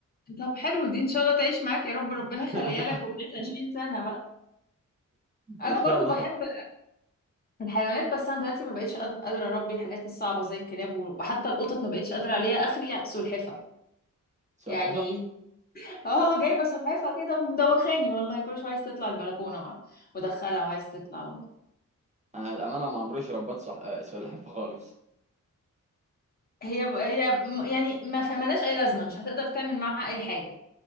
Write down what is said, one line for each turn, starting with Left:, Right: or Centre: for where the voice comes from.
Left: طب حلو دي ان شاء الله تعيش معاك يا رب ربنا
Right: <laughs>
Left: يخليها لك وتعيش 20 سنة بقى انا
Right: ان شاء
Left: برضو
Right: الله
Left: بحب الحيوانات بس انا دلوقتي ما بقتش قاد- قادرة اربي الحاجات الصعبة زي الكلاب و- وحتى القطط ما بقتش قادرة عليها اخري سلحفة
Right: سلحفاه
Left: يعني اه جايبه سلحفاه كده ومدوخاني والله كل شويه عايز تطلع البلكونه وع- وادخلها وعايز تطلع و...
Right: انا الامانه ما عمريش ربيت صح... آه، سلحفاه خالص
Left: هي هي م- يعني ما ف- ملهاش اي لازمه مش هتقدر تعمل معاها اي حاجه